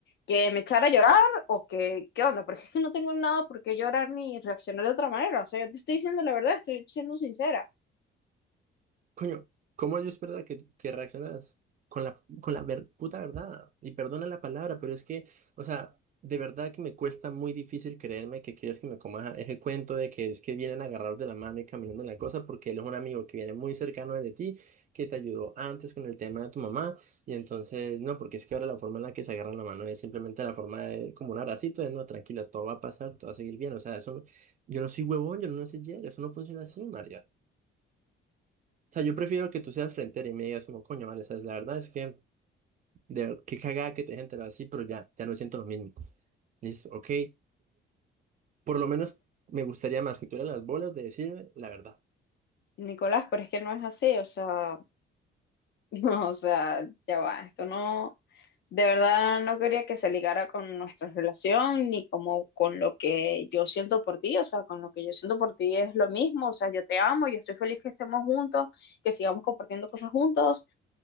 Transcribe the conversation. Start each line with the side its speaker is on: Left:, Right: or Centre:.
Left: ¿que me echara a llorar o que, qué onda? Porque es que no tengo nada por qué llorar ni reaccionar de otra manera, o sea, yo te estoy diciendo la verdad, estoy siendo sincera.
Right: Coño, ¿cómo yo es verdad que, que reaccionas con la, con la ver- puta verdad? Y perdona la palabra, pero es que, o sea, de verdad que me cuesta muy difícil creerme que quieres que me coma ese cuento de que es que vienen agarrados de la mano y caminando en la cosa, porque él es un amigo que viene muy cercano de ti, que te ayudó antes con el tema de tu mamá, y entonces, no, porque es que ahora la forma en la que se agarran la mano es simplemente la forma de, como un abracito, de no, tranquila, todo va a pasar, todo va a seguir bien, o sea, eso no- yo no soy huevón, yo no soy ya, eso no funciona así, María. O sea, yo prefiero que tú seas frente y me digas como, coño, vale, sabes, la verdad es que, de, ver- qué cagada que te dejes enterado así, pero ya, ya no siento lo mismo. Y dices ok. Por lo menos me gustaría más que tuvieras las bolas de decirme la verdad.
Left: Nicolás, pero es que no es así, o sea, <laughs> no, o sea, ya va, esto no, de verdad no quería que se ligara con nuestra relación ni como con lo que yo siento por ti, o sea, con lo que yo siento por ti es lo mismo, o sea, yo te amo, yo estoy feliz que estemos juntos, que sigamos compartiendo cosas juntos,